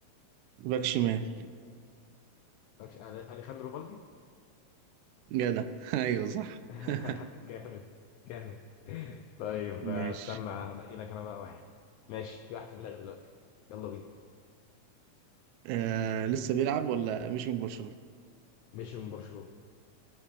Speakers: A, on the right; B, on the left.
A: باك شمال
B: باك ش- أل- أليخاندرو بالدي
A: جدع <laughs> ايوه صح
B: <laughs>
A: <laughs>
B: جامد جامد طيب استنى
A: ماشي
B: انقي لك انا بقى واحد ماشي في واحد في دماغي دلوقتي يلا بينا
A: آه لسه بيلعب ولا مش من برشلونة
B: مشي من برشلونة